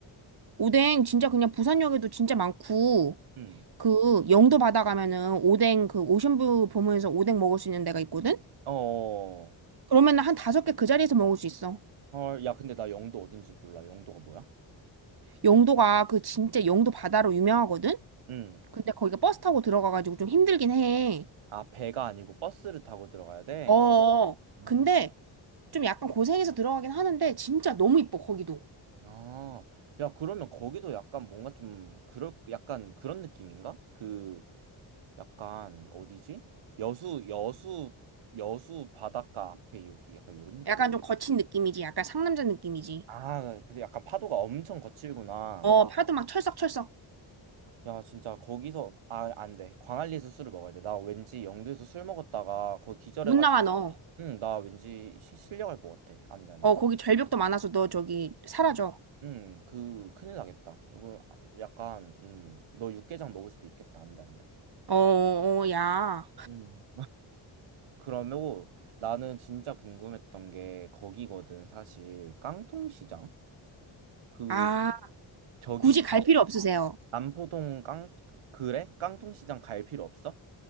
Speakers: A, on the right; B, on the right.
A: 오뎅 진짜 그냥 부산역에도 진짜 많고,
B: 응.
A: 그 영도 바다 가면은 오뎅 그 오션뷰 보면서 오뎅 먹을 수 있는 데가 있거든?
B: 어.
A: 그러면 은 한 다섯 개 그 자리에서 먹을 수 있어.
B: 헐, 야, 근데 나 영도 어딘지 몰라. 영도가 뭐야?
A: 영도가 그 진짜 영도 바다로 유명하거든?
B: 응.
A: 근데 거기가 버스 타고 들어가가지고 좀 힘들긴 해.
B: 아, 배가 아니고 버스를 타고 들어가야 돼?
A: 어,
B: 음.
A: 근데 좀 약간 고생해서 들어가긴 하는데 진짜 너무 이뻐, 거기도.
B: 아, 야, 그러면 거기도 약간 뭔가 좀, 그럴, 약간 그런 느낌인가? 그, 약간, 어디지? 여수, 여수, 여수 바닷가 앞에 요, 약간 요런 느낌.
A: 약간 좀 거친 느낌이지. 약간 상남자 느낌이지.
B: 아, 그래서 약간 파도가 엄청 거칠구나.
A: 어, 파도 막 철썩철썩.
B: 야, 진짜 거기서 아, 안 돼. 광안리에서 술을 먹어야 돼. 나 왠지 영도에서 술 먹었다가 거기 기절해가지고,
A: 못 나와, 너.
B: 응, 나 왠지 시- 실려갈 것 같아. 안 돼, 안
A: 어,
B: 돼.
A: 거기 절벽도 많아서 너 저기 사라져.
B: 응, 그 큰일 나겠다. 그 약간, 음, 너 육개장 먹을 수도 있겠다. 안 돼, 안 돼.
A: 어, 어, 야.
B: 음. 그러면 나는 진짜 궁금했던 게 거기거든, 사실. 깡통시장? 그
A: 아,
B: 저기
A: 굳이 갈 필요 없으세요.
B: 남포동 깡 그래? 깡통시장 갈 필요 없어?